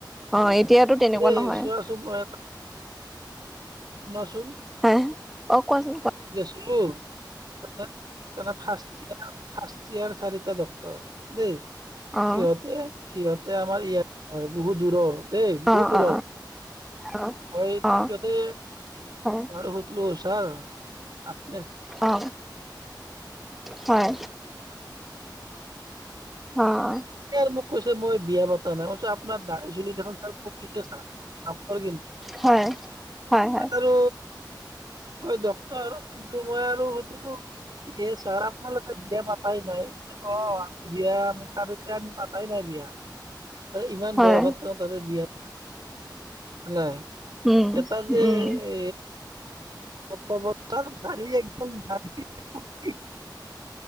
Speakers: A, in the centre; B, on the right.
A: আহ এতিয়াতো তেনেকুৱা
B: এই
A: নহয়
B: চোৱাচোন মই এটা শুনাচোন
A: হ অ কোৱাচোন কোৱা।
B: চুমু। ফাৰ্ষ্ট ফাৰ্ষ্ট ইয়াৰৰ চাৰিটা ডক্টৰ দেই।
A: অ
B: সিহঁতে সিহঁতে আমাৰ ইয়াত নহয় বহুত দূৰৰ দেই বহুত
A: অ
B: দূৰৰ।
A: অ অ
B: মই
A: অ অ
B: সিহঁতে
A: হয়
B: বাৰ সুতলো তৰ <unintelligible>
A: অ হয় অ অ
B: আৰু ম কৈছে মই বিয়া পতা নাই। মই কৈছোঁ আপোনাৰ দাৰি চুলি দেখোন চাৰ পকিছে ছাৰ। ডক্টৰ কিন্তু
A: হয় হয় হয়
B: আৰু ডৰ আৰু কিন্তু মই স এ ছাৰ আপোনালোকে বিয়া পাতাই নাই। অ বিয়া আমি ছাৰ এতিয়া আমি পতাই নাই বিয়া। ত ইমান
A: হয়
B: বয়সত তেওঁ তাতে বিহাৰ নাই।
A: উম
B: এটা যে্
A: উম
B: এ, <unintelligible> <unintelligible>